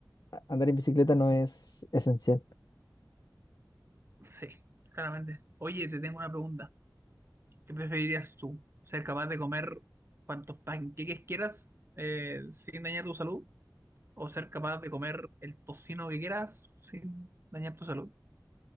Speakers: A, on the left; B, on the right.
A: a- andar en bicicleta no es esencial.
B: Sí, claramente. Oye, te tengo una pregunta. ¿Qué preferirías tú? ¿Ser capaz de comer cuantos panqueques quieras eh, sin dañar tu salud? ¿O ser capaz de comer el tocino que quieras sin dañar tu salud?